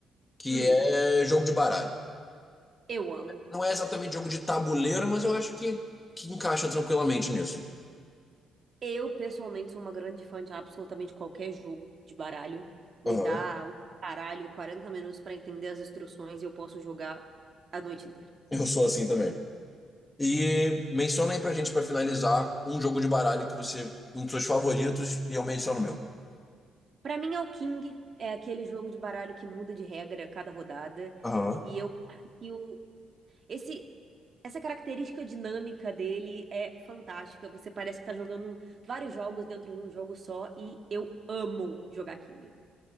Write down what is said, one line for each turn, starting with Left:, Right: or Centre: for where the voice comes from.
Left: que
Right: Hum,
Left: é jogo de baralho.
Right: eu amo.
Left: Não é exatamente jogo de tabuleiro, mas eu acho que, que encaixa tranquilamente nisso.
Right: Eu, pessoalmente, sou uma grande fã de absolutamente qualquer jogo de baralho. Me
Left: Aham.
Right: dá um baralho e 40 minutos pra entender as instruções e eu posso jogar a noite inteira.
Left: Eu sou assim também. E menciona aí pra gente, pra finalizar, um jogo de baralho que você, um dos seus favoritos, e eu menciono o meu.
Right: Pra mim, é o King. É aquele jogo de baralho que muda de regra a cada rodada.
Left: Aham.
Right: E eu acho que o, esse Essa característica dinâmica dele é fantástica. Você parece que tá jogando vários jogos dentro de um jogo só e eu amo jogar King.